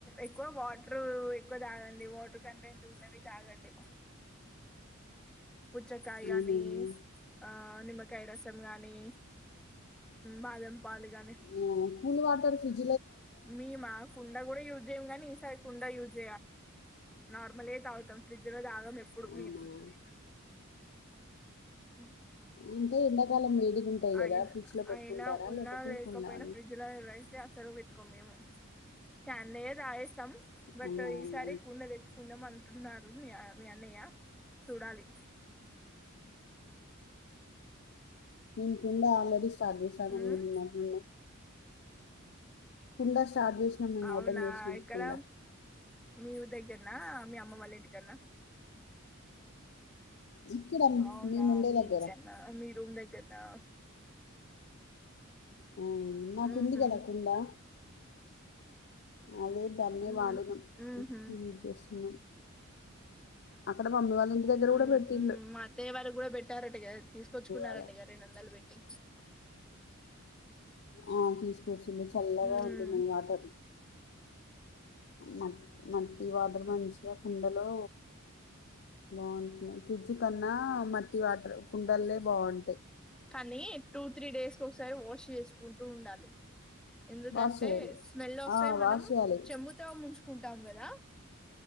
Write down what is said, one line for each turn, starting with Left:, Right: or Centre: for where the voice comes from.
Centre: ఎక్కువ వాటర్ ఎక్కువ తాగండి వాటర్ కంటెంట్ ఉన్నవి తాగండి పుచ్చకాయ కాని
Left: అవునండి
Centre: ఆ నిమ్మకాయ రసం గాని బాదం పాలు గానీ
Left: ఆ, కూల్ వాటర్ ఫ్రిజ్
Centre: మీ మా కుండా కూడా యూజ్ చేయం గానీ ఈసారి కుండా యూజ్ నార్మల్ తాగుతాం ఫ్రిడ్జ్ లో తాగం ఎప్పుడు
Left: అవునా
Centre: మేం ఉ
Left: <unintelligible> ఉంటాయి
Centre: అయినా
Left: కదా ఫ్రిడ్జ్ లో పెట్టుకుంటారా
Centre: అయినా ఉన్నా
Left: లేకపోతే
Centre: లేకపోయినా
Left: కొన్నాను
Centre: ఫ్రిడ్జ్ లో అసలు <unintelligible> బట్
Left: అవునా అవునా.
Centre: ఈసారి కూలర్ తెచ్చుకుందాం అంటున్నారు అన్నయ చూడాలి
Left: మీ కుండా ఆల్రెడీ <unintelligible>
Centre: మ్మ్
Left: కుండ స్టార్ట్ చేసినాం మేము
Centre: అవునా
Left: ఓపెన్ చేసినాం
Centre: ఇక్కడ
Left: కుండ
Centre: మీ ఊరి దగ్గరన్న మీ అమ్మ వాళ్ళ ఇంటికన్నా
Left: ఇక్కడ
Centre: అవునా
Left: మేము ఉండే
Centre: మీ
Left: దగ్గర
Centre: ఇంటికన్నా మీ రూమ్ దగ్గరనా
Left: ఆ మాకుంది
Centre: ఉహు
Left: కదా కుండా అదే దాన్నే
Centre: ఉహు
Left: వాడుదాం
Centre: ఉహు
Left: యూజ్జేస్తున్న అక్కడ మమ్మి వాళ్లింటి దగ్గర
Centre: ఉమ్
Left: గూడ పెట్టిల్ళు
Centre: ఉమ్ మా అత్తయ్య వారిగ్గుడా పెట్టారంటగద తీసుకొచ్చుకున్నారంటగద,
Left: అలా
Centre: రెండొందలు పెట్టి
Left: ఆ తీసుకొచ్చిళ్ళు చల్లగా
Centre: ఉమ్
Left: ఉంటున్నయి వాటర్ న న కీ వాటర్ మంచిగ కుండలో బావుంటున్నయి ఫ్రిడ్జ్ కన్నా మట్టి వాటర్ కుండలే బావుంటయి.
Centre: కనీ టూ త్రీ డేస్ కొకసారి వాష్ చేసుకుంటూ ఉండాలి ఎందుకంటే
Left: వాష్ చేయాలి
Centre: స్మెల్ వస్తది
Left: ఆ
Centre: మనం
Left: వాష్ చేయాలి
Centre: చెంబుతో ముంచుకుంటాం గదా